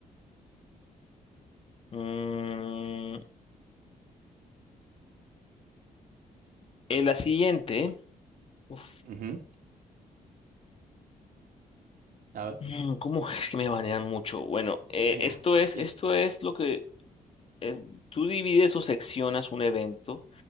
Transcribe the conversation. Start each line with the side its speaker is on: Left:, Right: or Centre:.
Left: mm, en la siguiente. Uf,
Right: Ujú. A ver,
Left: mm, ¿cómo <laughs> es que me banean mucho? Bueno, eh,
Right: venga.
Left: esto es,
Right: Pies-
Left: esto es lo que eh, tú divides o seccionas un evento.